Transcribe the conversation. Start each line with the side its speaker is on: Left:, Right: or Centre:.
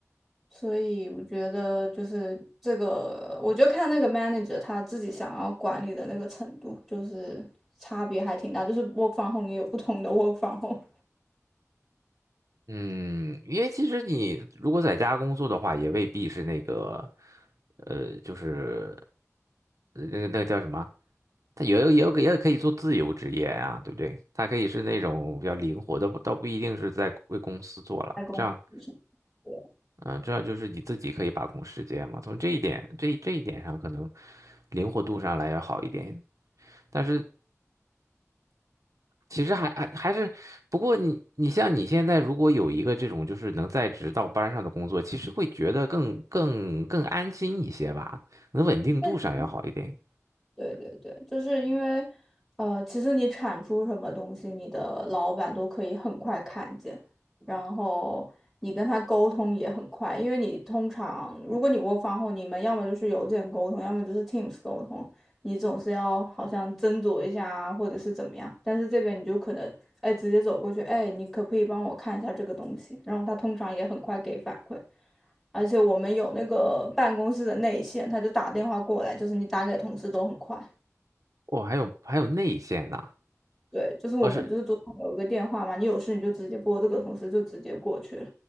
Centre: 所以我觉得就是这个，我就看那个 manager 他自己想要管理的那个程度，就是差别还挺大。就是 work from home 也有不同的 work from home
Right: 嗯，因为其实你如果在家工作的话，也未必是那个，呃，就是呃那个那个叫什么？他也有也有也可以做自由职业啊，对不对？他可以是那种比较灵活的，不倒不一定是在为公司做了，
Centre: 在公司。
Right: 这样。
Centre: 对，
Right: 嗯，这样就是你自己可以把控时间嘛。从这一点，这这一点上，可能灵活度上来要好一点。但是其实还还还是，不过你你像你现在如果有一个这种就是能在职到班上的工作，其实会觉得更更更安心一些吧，可能稳定度上要好一点。
Centre: 但对对对，就是因为，呃，其实你产出什么东西，你的老板都可以很快看见，然后你跟他沟通也很快，因为你通常如果你 work from home，你们要么就是邮件沟通，要么就是 Teams 沟通，你总是要好像斟酌一下啊，或者是怎么样，但是这边你就可能，哎，直接走过去，哎，你可不可以帮我看一下这个东西？然后他通常也很快给反馈。而且我们有那个办公室的内线，他就打电话过来，就是你打给同事都很快。
Right: 哦，还有还有内线呢，
Centre: 对，就是我们就是桌上有一个电话嘛，
Right: 哦是，
Centre: 你有事你就直接拨这个，同事就直接过去了。